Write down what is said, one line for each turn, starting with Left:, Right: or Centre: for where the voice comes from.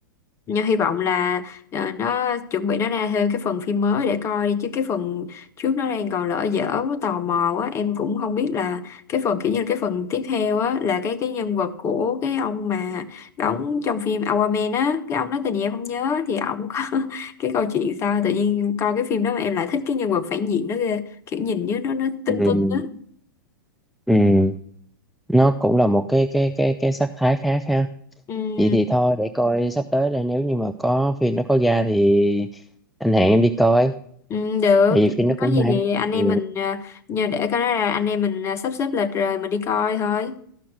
Left: Nhưng hy vọng là ờ, nó chuẩn bị nó ra thêm cái phần phim mới để coi đi chứ cái phần trước nó đang còn lỡ dở quá, tò mò quá em cũng không biết là cái phần kiểu như là cái phần tiếp theo á là cái cái nhân vật của cái ông mà đóng trong phim Aquaman á cái ông đó tên gì em không nhớ thì ổng có <laughs> cái câu chuyện sao tự nhiên coi cái phim đó mà em lại thích cái nhân vật phản diện đó ghê kiểu nhìn như nó nó tưng
Centre: ừ,
Left: tưng á
Centre: ừ. nó cũng là một cái cái cái cái sắc thái khác ha
Left: ừ,
Centre: vậy thì thôi để coi sắp tới là nếu như mà có phim nó có ra thì anh hẹn em đi coi
Left: ừ, được
Centre: tại vì phim nó
Left: có
Centre: cũng
Left: gì
Centre: hay
Left: thì anh em
Centre: ừ.
Left: mình ờ, nhờ để cái đó là anh em mình ờ, sắp xếp lịch rồi mình đi coi thôi